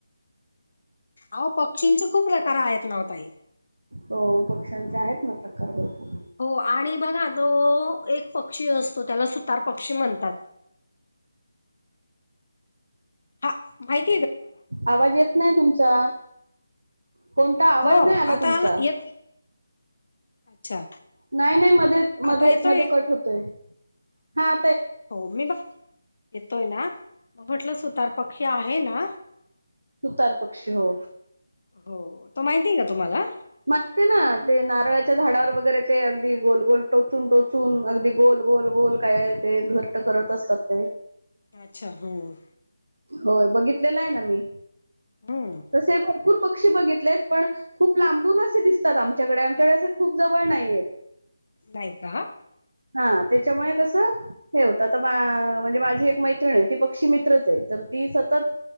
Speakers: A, on the left; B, on the right.
A: अहो पक्षींच खूप प्रकार आहेत नव्हं ताई.
B: हो. पक्ष्यांचे आहेत ना प्रकार भरपूर?
A: हो आणि बघा तो एक पक्षी असतो त्याला 'सुतार पक्षी' म्हणतात. हा माहितीये.
B: आवाज येत नाही तुमचा. कोणता आवाज
A: हो
B: नाही आला
A: आता
B: तुमचा.
A: येत अच्छा
B: नाहीनाही, मध्ये मध्ये
A: आता येतोय?
B: मध्ये कट होतोय. हां
A: हो मी बघ, येतोय ना? म्हटलं सुतार पक्षी आहे ना.
B: सुतारपक्षी हो.
A: हो तो माहिती आहे का तुम्हाला?
B: माहिते ना ते नारळाच्या झाडावर वगैरे ते अगदी गोल गोल टोचून -टोचून, अगदी गोल गोल गोल काय ते घरटं करत असतात ते.
A: अच्छा हुं
B: होय बघितलेला आहे ना मी.
A: हम्
B: तसे भरपूर पक्षी बघितलेत पण खूप लांबून असे दिसतात आमच्याकडे आमच्याकडे असे खूप जवळ नाहीयेत.
A: नाहीय का?
B: हा त्याच्यामुळे कसं हे होतं आता म्हणजे माझी एक मैत्रिण आहे ती पक्षी मित्रच आहे. तर ती सतत